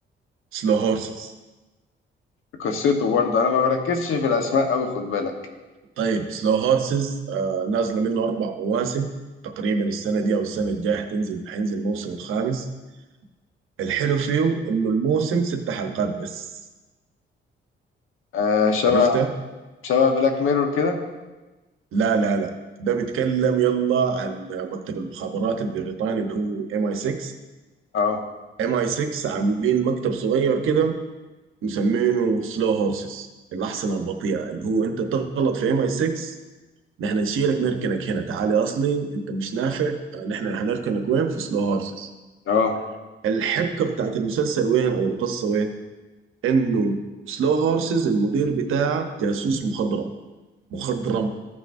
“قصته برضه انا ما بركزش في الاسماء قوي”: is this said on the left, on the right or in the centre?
Left